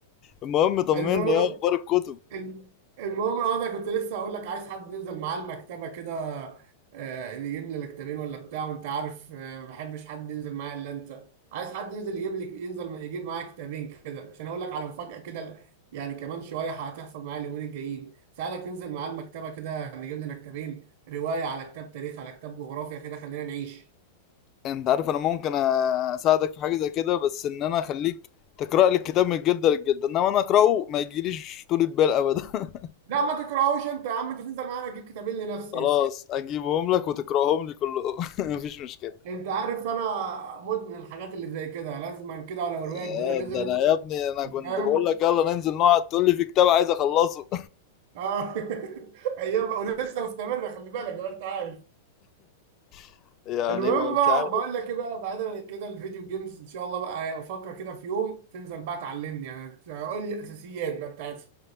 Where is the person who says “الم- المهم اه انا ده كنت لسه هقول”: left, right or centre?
Right